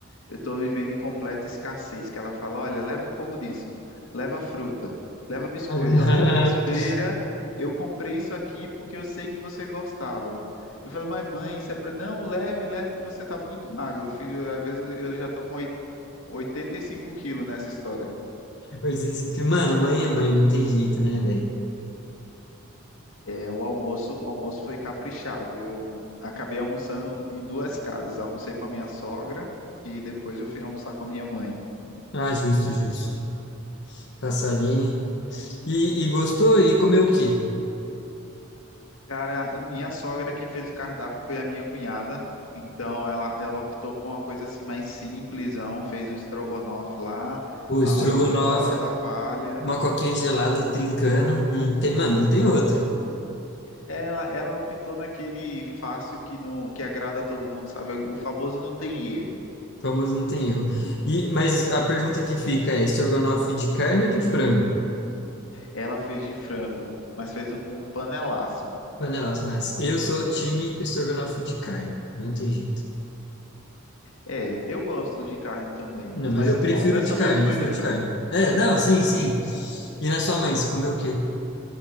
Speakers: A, on the left (about 75°); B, on the left (about 60°).
A: eu tô vivendo em completa escassez, que ela fala, olha, leva um pouco disso, leva fruta, leva biscoito,
B: <laughs>
A: olha, eu fiz feira, eu comprei isso aqui porque eu sei que você gostava. Eu falo, mas mãe, isso é para não, leve, leve que você tá muito magro, filho, às vezes eu já tô com 85 quilos nessa história.
B: Eu disse assim que, Mano, mãe é mãe, não tem jeito, né, velho?
A: É, o almoço, o almoço foi caprichado. Eu acabei almoçando em duas casas. Almocei com a minha sogra e depois eu fui almoçar com a minha mãe.
B: Ah, justo, justo. Passar ali. E, e gostou? E comeu o quê?
A: Cara, minha sogra quem fez o cardápio foi a minha cunhada. Então ela, ela optou por uma coisa assim mais simplesão, fez um estrogonofe lá,
B: O
A: arrozinho,
B: estrogonofe,
A: batata palha.
B: uma coquinha gelada trincando. Não tem, mano, não tem outra.
A: Ela, ela optou naquele fácil que não que agrada a todo mundo, sabe? O famoso não tem erro.
B: Famoso não tem erro. E, mas a pergunta que fica é: estrogonofe de carne ou de frango?
A: Ela fez de frango, mas fez um um panelaço.
B: Panelas, mas eu sou time estrogonofe de carne. Não tem jeito.
A: É, eu gosto de carne também.
B: Não, mas
A: Mas,
B: eu prefiro
A: bom, dessa
B: de carne,
A: vez foi
B: eu prefiro
A: de frango.
B: de carne. É, não, sim, sim. E na sua mãe, você comeu o quê?